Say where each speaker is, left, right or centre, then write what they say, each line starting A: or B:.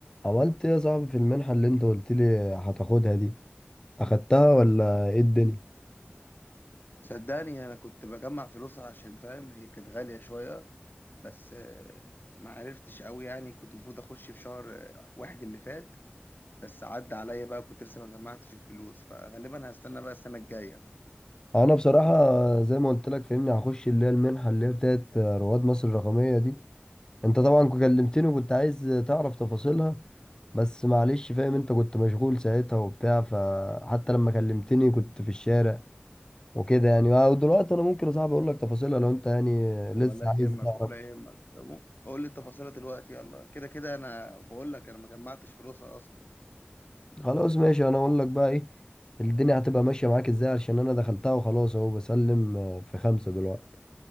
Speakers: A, on the left; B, on the left.
A: عملت ايه يا صاحبي في المنحة اللي انت قلت لي هتاخدها دي اخدتها ولا ايه الدنيا
B: صدقني انا كنت بجمع فلوس عشان فاهم هي كانت غالية شوية بس آه، ما عرفتش قوي يعني كنت المفروض اخش في شهر آه، واحد اللي فات بس عدى عليا بقى كنت لسه ما جمعتش الفلوس فغالبا هستنى بقى السنة الجاية
A: انا بصراحة زي ما قلت لك فهمني هخش اللي هي المنحة اللي هي بتاعت رواد مصر الرقمية دي انت طبعا كلمتني وكنت عايز تعرف تفاصيلها بس معلش فاهم انت كنت مشغول ساعتها وبتاع فحتى لما كلمتني كنت في الشارع وكده يعني ودلوقتي انا ممكن يا صاحبي اقول لك تفاصيلها لو انت يعني لسه
B: ولا
A: عايز
B: يهمك
A: تعرف
B: ولا يهمك مو- قول لي التفاصيل دلوقتي يلا كده كده انا بقول لك انا ما جمعتش فلوسها اصلا
A: خلاص ماشي انا اقول لك بقى ايه الدنيا هتبقى ماشيه معاك ازاي عشان انا دخلتها وخلاص اهو بسلم آه، في خمسه دلوقتي